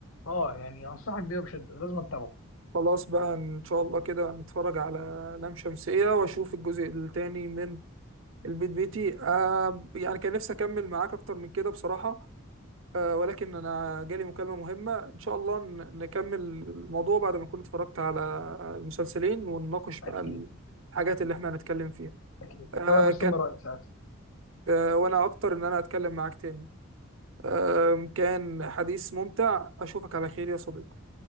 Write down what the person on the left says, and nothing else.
اه يعني انصحك بيه بشده لازم تتابعه
اكيد
اكيد
هبقى مستني
رايك ساعتها